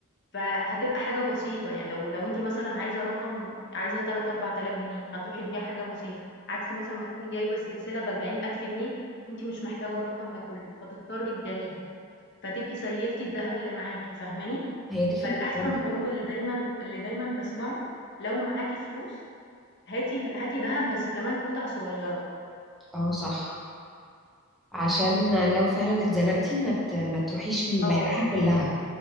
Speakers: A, on the left (about 55°); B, in the centre.
A: فهتبقى حاجة بسيطة، يعني لو لو أنتِ مثلًا عايزة رقم عايزة 3000، 4000 جنيه، هتروحي تبيعي حاجة بسيطة، عكس مثلًا ما تكوني جايبة سلسلة ب40,000 جنيه وأنتِ مش محتاجة الرقم ده كلّه، فتضطري تبيعيها، فتبقي سيّلتِ الدهب اللي معاكِ، فاهماني؟
B: هي دي فكرة
A: فالأحسن
B: برضو
A: برضه اللي دايمًا اللي دايمًا باسمعه، لو معاكِ فلوس هاتي ال هاتي دهب بس كمان قطع صغيرة.
B: اه صح عشان لو فعلا اتزنقتي ما ت- ما تروحيش من
A: آه،
B: بيعها كلها